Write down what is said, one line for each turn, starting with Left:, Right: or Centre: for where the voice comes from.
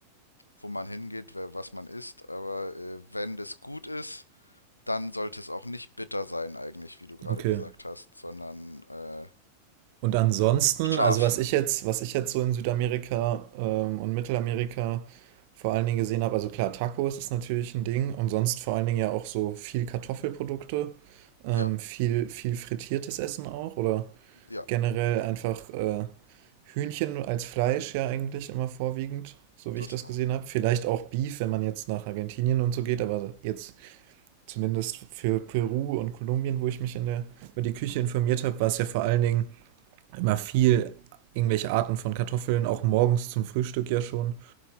Left: wo man hingeht, wer, was man isst. Aber äh, wenn das gut ist, dann sollte es auch nicht bitter sein eigentlich, wie du gerade
Right: Okay.
Left: gesagt hast, sondern äh,
Right: Und ansonsten,
Left: scharf.
Right: also was ich jetzt, was ich jetzt so in Südamerika ähm, und Mittelamerika vor allen Dingen gesehen habe, also klar, Tacos ist natürlich ein Ding und sonst vor allen Dingen ja auch so viel Kartoffelprodukte, ähm,
Left: Ja,
Right: viel, viel frittiertes Essen auch oder
Left: ja,
Right: generell einfach äh, Hühnchen als Fleisch ja eigentlich immer vorwiegend, so wie
Left: das
Right: ich das
Left: auch.
Right: gesehen habe. Vielleicht auch Beef, wenn man jetzt nach Argentinien und so geht, aber jetzt zumindest für Peru und Kolumbien, wo ich mich in der, über die Küche informiert habe, war es ja vor allen Dingen immer viel irgendwelche Arten von Kartoffeln, auch morgens zum Frühstück ja schon